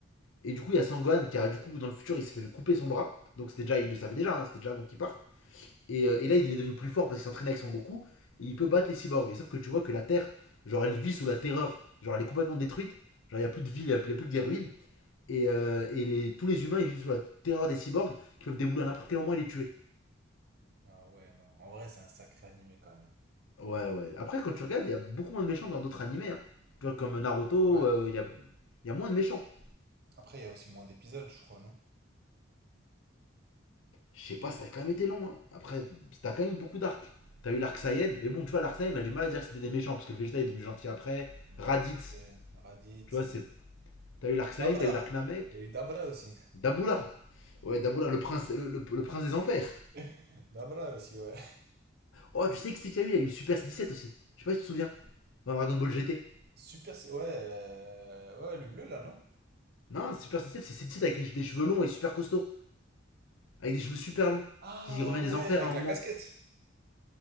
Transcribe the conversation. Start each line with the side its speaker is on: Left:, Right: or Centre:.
Left: Et du coup, il y a Sangohan qui a, du coup, dans le futur, il s'est fait couper son bras. Donc c'était déjà, il le savait déjà, hein, c'était déjà avant qu'il parte. Et, euh, et là, il est devenu plus fort parce qu'il s'entraîne avec Son Goku. Et il peut battre les cyborgs. Et sauf que tu vois que la Terre, genre, elle vit sous la terreur. Genre, elle est complètement détruite. Genre, il n'y a plus de ville, il n'y a, y a plus que des ruines. Et, euh, et les- tous les humains, ils vivent sous la terreur des cyborgs qui peuvent débouler à n'importe quel moment et les tuer.
Right: Ah ouais, non. En vrai, c'est un sacré animé quand même.
Left: Ouais, ouais. Après, quand tu regardes, il y a beaucoup moins de méchants que dans d'autres animés. hein. Tu vois, comme Naruto,
Right: Ouais.
Left: euh, il euh, y, a, il y a moins de méchants.
Right: Après, il y a aussi moins d'épisodes, je crois, non?
Left: Je sais pas, ça a quand même été long. hein. Après, t'as quand même eu beaucoup d'arcs. T'as eu l'arc Saiyan, mais bon, tu vois, l'arc Saiyan, on a du mal à dire que c'était des méchants parce que Vegeta est devenu gentil après.
Right: Et
Left: Raditz,
Right: T'as eu euh, Raditz,
Left: tu vois,
Right: euh,
Left: c'est T'as eu l'Arksain,
Right: Dabra!
Left: t'as eu l'Arknamek,
Right: Il y a eu Dabra aussi.
Left: Daboula. Ouais, Daboula, le prince, le, le- le prince des enfers.
Right: <laughs> Dabra aussi, ouais.
Left: Oh, tu sais que c'est qu'il y a eu Il y a eu Super 17 aussi. Je sais pas si tu te souviens. Dans Dragon Ball GT.
Right: Super, c'est- ouais, euh, ouais, le bleu là, non?
Left: Non, Super 17, c'est 17 avec des cheveux longs et super costauds. Avec des cheveux super longs.
Right: Ah
Left: Qui revient des
Right: ouais,
Left: enfers
Right: avec
Left: à un moment.
Right: la casquette.